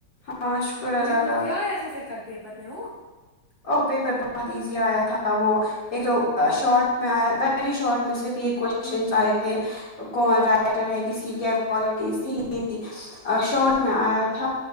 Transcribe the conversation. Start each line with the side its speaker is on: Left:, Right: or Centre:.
Left: ہاں شکر
Right: مجھے
Left: اللہ
Right: بولو
Left: کا
Right: کیا آیا تھا فر کل پیپر میں او
Left: او پیپر بہت ایزی آیا تھا وہ ایک تو شارٹ میں آیا ویری شارٹ میں صرف یہ کوشچنس
Right: ہوں
Left: آئے تھے کون
Right: ہوں
Left: رائٹر ہے کس کی کیا کوالٹیز تھی یہ تھی شارٹ میں آیا تھا